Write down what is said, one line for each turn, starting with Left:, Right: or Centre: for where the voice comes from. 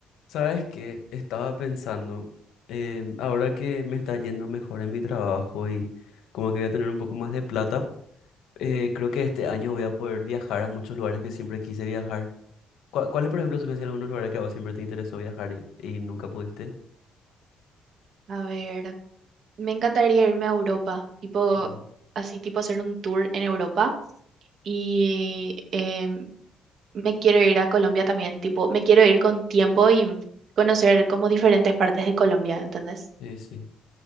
Left: Sabes que estaba pensando, em, ahora que me está yendo mejor en mi trabajo y como que voy a tener un poco más de plata, eh, creo que este año voy a poder viajar a muchos lugares que siempre quise viajar. ¿Cuá- ¿Cuáles, por ejemplo, son así algunos lugares que a vos siempre te interesó viajar y, y nunca pudiste?
Right: A ver, me encantaría irme a Europa, tipo,
Left: Mm,
Right: así tipo hacer un tour en Europa y em, me quiero ir a Colombia también, tipo, me quiero ir con tiempo y conocer como diferentes partes de Colombia, ¿entendés?
Left: sí, sí.